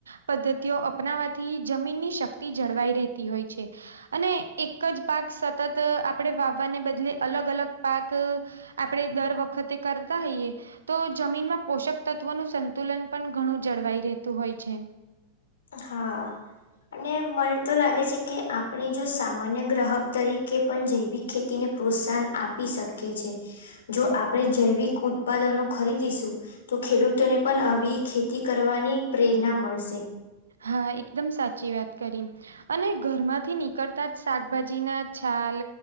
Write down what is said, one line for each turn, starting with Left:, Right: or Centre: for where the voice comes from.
Right: પદ્ધતિઓ અપનાવાથી જમીનની શક્તિઓ જળવાઈ રહેતી હોય છે. અને, એક જ પાક સતત <unintelligible> આપડે વાવવાને બદલે અલગ અલગ પાક, આપણડે દર વખતે કરતા હોઈએ તો જમીનમાં પોષક તત્વોનું સંતુલન પણ ઘણું જળવાઈ રહેતું હોય છે.
Left: હા. અને, મને તો લાગે છે કે આપણે જો સામાન્ય ગ્રાહક તરીકે પણ જૈવિક ખેતીને પ્રોત્સાહન આપી શકીએ છે, જો આપણે જૈવિક ઉત્પાદનો ખરીદીશું તો ખેડૂતોને પન આવી ખેતી કરવાની પ્રેરના મળશે.
Right: હા, એકદમ સાચી વાત કરી. અને ઘરમાંથી નીકળતા જ શાકભાજી ના છાલ